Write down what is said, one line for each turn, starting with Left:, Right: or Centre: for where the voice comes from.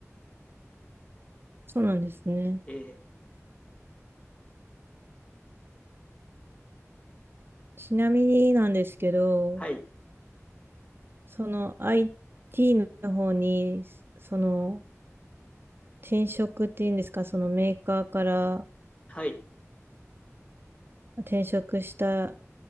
Right: そうなんですね。
Left: えー
Right: ちなみになんですけど、
Left: はい、
Right: その IT の方に、その転職っていうんですか、そのメーカーから
Left: はい、
Right: 転職した